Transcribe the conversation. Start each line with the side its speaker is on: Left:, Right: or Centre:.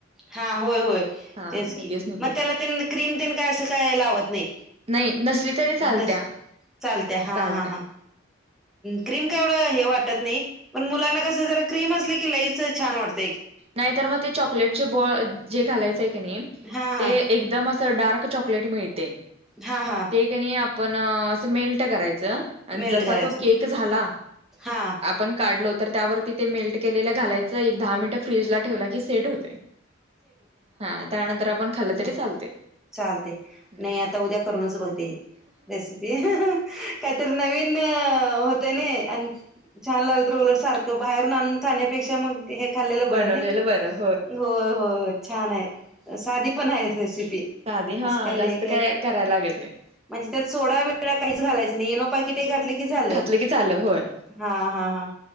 Centre: हा होय होय
Right: हा
Centre: तेच
Right: लगेच
Centre: की
Right: निघते
Centre: मग त्याला त्यांना ते क्रीम ते काय असं काही लावत नाही?
Right: नाही नसली तरी चालत्या.
Centre: नस चालत्या हा
Right: चालत्या
Centre: हा हां क्रीम का एवढं हे वाटत नाही पण मुलांना कसं जरा क्रीम असले की लईच छान वाटत.
Right: नाही तर मग ते चॉकलेटचे बॉ जे घालायचय क नाही
Centre: हा
Right: ते
Centre: हा
Right: एकदम तर डार्क चॉकलेट मिळते.
Centre: हा हा.
Right: ते क नाही आपण मेल्ट करायचं आणि
Centre: मेल्ट
Right: जसा
Centre: करायचं
Right: तो केक झाला
Centre: हा
Right: आपण काढलो तर त्यावरती ते मेल्ट केलेलं घालायचं एक दहा मिनटं फ्रीजला ठेवला की सेट होतं. हा त्यानंतर आपण खाल्लं तरी चालते.
Centre: चालते की,
Right: हम्म
Centre: नाही आता उद्या करूनच बघते हे रेसि काहीतरी नवीन होतंय नी आणि छान लागल तर उलट सारखं बाहेरून आणून खाण्यापेक्षा मग हे खाल्लेलं बरं
Right: बनवलेलं
Centre: नाही,
Right: बरं
Centre: होय होय छान आहे साधी पण आहे रेसिपी.
Right: साधी
Centre: असं
Right: हा
Centre: काय लय
Right: जास्त काय करायला लागत नाही‌.
Centre: म्हणजे त्यात सोडा बिडा काहीच घालायचं नाही येनो पाकीट एक
Right: नाही
Centre: घातलं की झालं.
Right: घातलं की चालं होय
Centre: हा हा हा